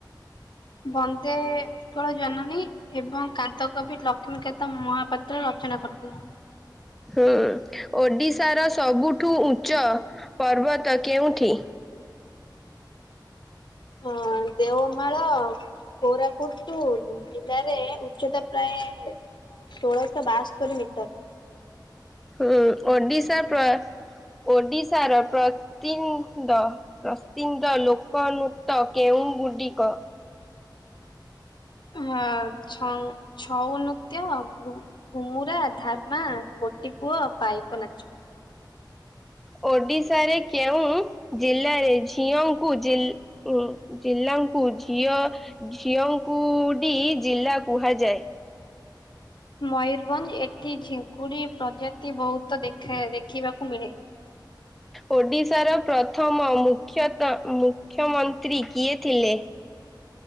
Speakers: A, on the left; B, in the centre.
A: ବନ୍ଦେ ଉତ୍କଳ ଜନନୀ ଏବଂ କାନ୍ତ କବି ଲକ୍ଷ୍ମୀକାନ୍ତ ମହାପାତ୍ର ରଥ ନାକ ଫୁଲ
B: ହୁଁ ଓଡିଶାର ସବୁଠୁ ଉଚ୍ଚ ପର୍ବତ କେଉଁଠି।
A: ହଁ ଦେଓମାଳ। କୋରାପୁଟ ଟୁ ଜିଲ୍ଲାରେ ଉଚ୍ଚତା ପ୍ରାୟ ଶୋଳଶ ବାସ୍ତୋରି ମିଟର।
B: ହୁଁ ଓଡିଶା ପ୍ର ଓଡିଶାର ପ୍ରନିନ୍ଦ ପ୍ରସିଦ୍ଦ ଲୋକନତ କେ କେଉଁ ଗୁଡିିକ।
A: ହଁ ଛଉ ଛଉ ନୃତ୍ୟ ଘୁ ଘୁମୁରା ଧାମା ଗୋ ଟି ପୁଅ ପାଇକ ନାଚ।
B: ଓଡିଶାରେ କେଉଁ ଜିଲ୍ଲାରେ ଝିଅଙ୍କୁ ଜି ଉ ଜିଲ୍ଲା ଙ୍କୁ ଝିଅ ଝିଅଙ୍କୁଡି ଜିଲ୍ଲା କୁହାଯାଏ?
A: ମୟୂରଭଞ୍ଜ ଏଠି ଝିଙ୍କୁଡି ପ୍ରଜାତି ବହୁତ ଦେଖା ଦେଖିବାକୁ ମିଳେ।
B: ଓଡିଶାର ପ୍ରଥମ ମୁଖ୍ୟତ ମୁଖ୍ୟମନ୍ତ୍ରୀ କିଏ ଥିଲେ।